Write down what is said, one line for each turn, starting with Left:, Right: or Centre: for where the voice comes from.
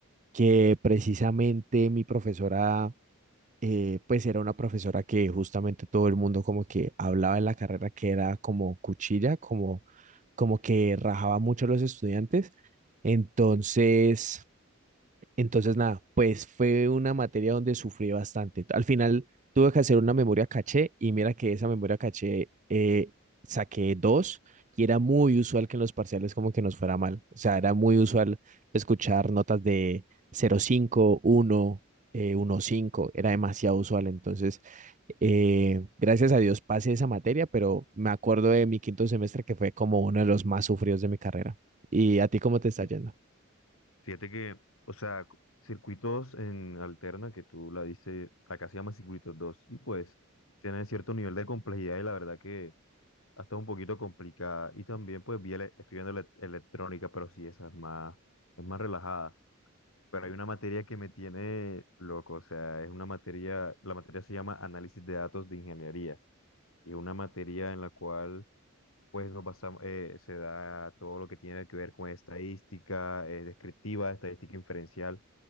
Right: que precisamente mi profesora eh, pues era una profesora que justamente todo el mundo como que hablaba en la carrera que era como cuchilla, como, como que rajaba mucho a los estudiantes. Entonces, entonces, nada, pues fue una materia donde sufrí bastante. Al final tuve que hacer una memoria caché y mira que esa memoria caché eh, saqué dos y era muy usual que en los parciales como que nos fuera mal. O sea, era muy usual escuchar notas de cero coma cinco uno eh, uno coma cinco era demasiado usual. Entonces, eh, gracias a Dios pasé esa materia, pero me acuerdo de mi quinto semestre que fue como uno de los más sufridos de mi carrera. ¿Y a ti cómo te está
Left: Fí-
Right: yendo?
Left: Fíjate que, o sea, cu- circuitos en alterna, que tú la dices, acá se llama circuitos 2 y pues tienen cierto nivel de complejidad y la verdad que... hasta un poquito complicada. Y también, pues, vi ele- estoy viendo ele- electrónica, pero sí, esa es más, es más relajada. Pero hay una materia que me tiene loco, o sea, es una materia, la materia se llama Análisis de Datos de Ingeniería, y es una materia en la cual, pues, nos basamos, eh, se da todo lo que tiene que ver con estadística, eh, descriptiva, estadística inferencial.